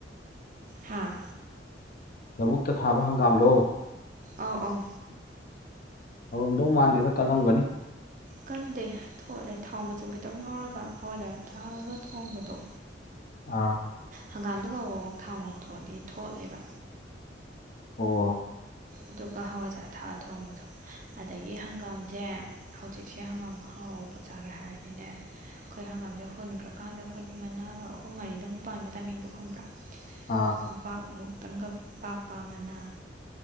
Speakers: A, on the right; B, on the left.
A: ꯍꯥꯥ
B: ꯂꯧꯕꯨꯛꯇꯥ ꯊꯥꯕ ꯍꯪꯒꯥꯝꯂꯣ
A: ꯑꯥꯎ ꯑꯥꯎ
B: ꯍꯥꯎꯔꯝꯗꯧ ꯃꯥꯟꯗꯦꯗꯥ ꯀꯟꯂꯝꯒꯅꯤ
A: ꯀꯟꯗꯦ ꯊꯣꯠꯂꯦ ꯊꯥꯎ ꯃꯆꯨꯝ ꯈꯤꯇꯪ ꯉꯧꯔꯥꯒ ꯍꯋꯥꯏꯖꯥꯔ ꯊꯥꯛꯑꯥꯒ ꯊꯣꯡꯕꯥꯅꯦ
B: ꯑꯥ
A: ꯍꯪꯒꯥꯝꯗꯣ ꯀꯥꯕꯣꯛ ꯀꯥꯕꯣꯛ ꯊꯥꯎ ꯉꯧꯊꯣꯛꯑꯥꯗꯤ ꯊꯣꯠꯂꯦꯕꯥ
B: ꯑꯣ
A: ꯑꯗꯨꯒ ꯍꯋꯥꯏꯖꯥꯔ ꯊꯥꯛꯑꯥ ꯊꯣꯡꯕꯗꯣ ꯑꯗꯥꯒꯤ ꯍꯪꯒꯥꯝꯖꯦ ꯍꯧꯖꯤꯛꯁꯦ ꯍꯪꯒꯥꯝ ꯍꯥꯎꯕ ꯆꯥꯒꯦ ꯍꯥꯏꯔꯥꯗꯤꯅꯦ ꯑꯥꯈꯣꯏ ꯍꯪꯒꯥꯝꯁꯦ ꯍꯨꯟꯒꯔꯥꯀꯥꯟꯗꯥ ꯑꯈꯣꯏꯒꯤ ꯃꯅꯥꯒ ꯑꯍꯨꯝ ꯃꯔꯤꯗꯪ ꯄꯥꯟꯕ ꯇꯥꯏꯃꯤꯡꯗꯣ ꯈꯪꯕ꯭ꯔꯥ
B: ꯑꯥ
A: ꯈꯨꯕꯥꯛ ꯃꯨꯛꯇꯪꯒꯥ ꯄꯥꯛꯄꯥ ꯃꯥꯅ